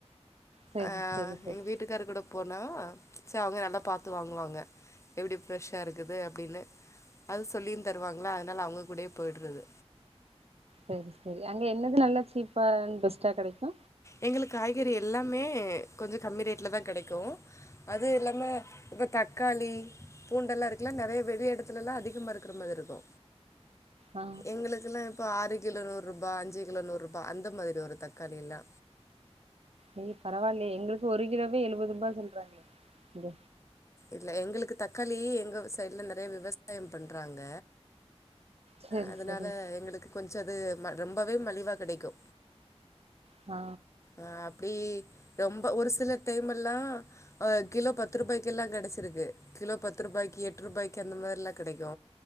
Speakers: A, on the right; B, on the left.
A: செரி
B: ஆ
A: செரி செரி
B: எங்க வீட்டுக்காரு கூட போனா சரி அவங்க நல்லா பாத்து வாங்குவாங்க எப்டி ஃப்ரெஷ்ஷா இருக்குது அப்டின்னு அது சொல்லியு தருவாங்களா அதனால அவங்க கூடே போயிடுறது
A: சரி சரி அங்க என்னது நல்லா சீப்பா அண்ட் பெஸ்ட்டா கெடைக்கு
B: எங்களுக்கு காய்கறி எல்லாமே கொஞ்ச கம்மி ரேட்டிலதா கெடைக்கு அது இல்லாம இப்ப தக்காளி பூண்டெல்லா இருக்குல்ல நெறைய வெளி எடத்துலல்லா அதிகமா இருக்கிற மாதிரி இருக்கு
A: ஆ
B: எங்களுக்குக்கெல்லா இப்போ ஆறு கிலோ நூருபா அஞ்சு கிலோ நூருபா அந்த மாதிரி வரு தக்காளி எல்லா
A: ஏ பரவாயில்லையே எங்களுக்கு ஒரு கிலோவே எழுவதுருவா சொல்றாங்க இங்க
B: இல்ல எங்களுக்கு தக்காளி எங்க சைடு்ல நெறையா விவசாய பண்றாங்க
A: செரி
B: அதனால
A: செரி
B: எங்களுக்கு கொஞ்ச அது ரொம்பவே மலிவா கிடைக்கு
A: ஆ
B: ஆ அப்டி ரொம்ப ஒரு சில டைமெல்லா கிலோ பத்து ரூபாய்க்கெல்லா கெடைச்சிருக்கு கிலோ பத்து ருபாய்க்கு எட்டு ருபாய்க்கு அந்த மாரில்லா கெடைக்கு